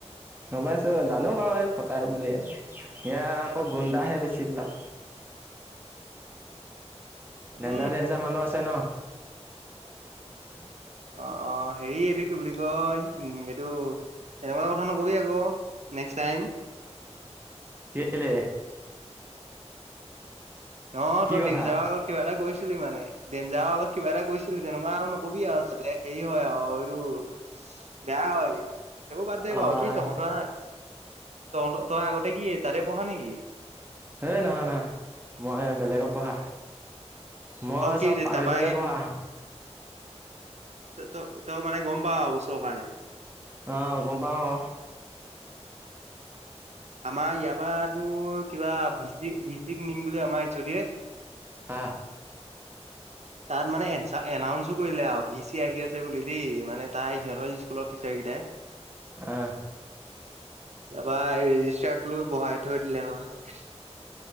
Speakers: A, on the right; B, on the right.
A: নমাইছোঁ জানো বাৰু এই ফটাই বুলিয়ে এ আকৌ গুণ্ডাহে বেছিবিলাক
B: <unintelligible> উম
A: ডেঞ্জাৰ ডেঞ্জাৰ মানুহ আছে ন
B: অ অ হেৰি এইটো কি বুলি কয় উম এইটো তেনেকুৱা কথা নকবি আকৌ নেক্সট টাইম
A: কেলে
B: অ
A: কি
B: তই
A: কথা
B: দিন দিঞ্জা কিবা এটা কৈ <unintelligible> <unintelligible> মানে ডেঞ্জাৰ আগত কিবা এটা কৈছিলি তেনেকুৱা আৰু নকবি আৰু যাতে হেৰি হয় আৰু এইটো <unintelligible> বেয়া হয় সেইবোৰ বাদ দে
A: আহ
B: বাৰু কি তহঁত <unintelligible> ত তই আগতেে কি তাতে পঢ়া নেকি
A: হেই নহয়-নহয় মই বেলেগত পঢ়া। মই
B: তই কি
A: চব প্ৰায়ভেততে
B: তাৰপা
A: পঢ়া।
B: ত-ত তই গম মানে পাওঁ আৰু ওচৰৰ কাৰনে।
A: অ' গম পাওঁ।
B: আমাৰ ইয়াৰ পৰাতো কিবা ভিপি-ভিপিক নিম বুলি আমাৰ এইচ চোদী এ দিয়ে
A: হা
B: তাত মানে এনচা এনাউঞ্চো কৰিলে আৰু ভি চি আহি আছে বুলি দেই মানে তাই সিহঁতৰ স্কুলত টিচাৰ গীতাই
A: অহ,
B: তাৰপা ৰেজিষ্টাৰক লৈ বহাই থৈ দিলে নহয়।